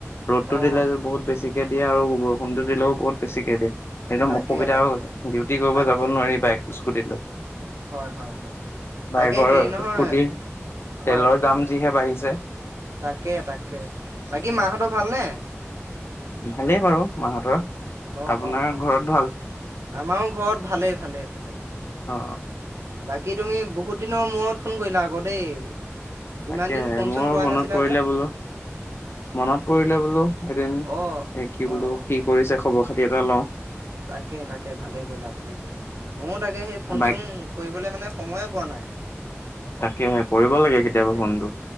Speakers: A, on the left; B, on the right.
A: ৰ'দটো
B: অঁ
A: দিলে বহুত বেছিকে দিয়ে আৰু বৰ বৰষুণতো দিলেও ক'ত বেছিকৈ দিয়ে। একদম
B: তাকে
A: অসুবিধা
B: তাকে
A: হৈ গৈছে। ডিউটি কৰিব
B: তাকে
A: যাব নোৱাৰিব বাইক, স্কুটি স্কুটি লৈ
B: হয় হয় হয়
A: বাইকৰ,
B: তাকে হেৰি নহয়
A: স্কুটিৰ তেলৰ
B: হয় হয়
A: দাম যিহে বাঢ়িছে।
B: তাকে, তাকে বাকী মাহঁতৰ ভালনে?
A: ভালেই বাৰু মাহঁতৰ।
B: অ'
A: আপোনাৰ
B: অ' অ'
A: ঘৰত ভাল
B: আমাৰো ঘৰত ভালেই। ভালে ভালে।
A: অহ'
B: বাকী তুমি বহুত দিনৰ মূৰত ফোন কৰিলা অ'ক দেই।
A: তাকে
B: ইমান দিন ফোন
A: মোৰ
B: চোন কৰা
A: মনত
B: নাছিলা
A: পৰিলে
B: যে
A: বোলোঁ। মনত পৰিলে বোলোঁ এদিন
B: অ
A: এ কি বোলোঁ
B: অ অ
A: কি কৰিছে খবৰ খাতি এটা লওঁ।
B: তাকে, তাকে ভালে কৰিলা, ভালে কৰিলা। মইয়ো তাকে সেই ফোন
A: বাইক
B: চোন কৰিবলৈ মানে সময়ে পোৱা নাই।
A: তাকে কৰিব লাগে
B: তাকে,
A: কেতিয়াবা ফোনটো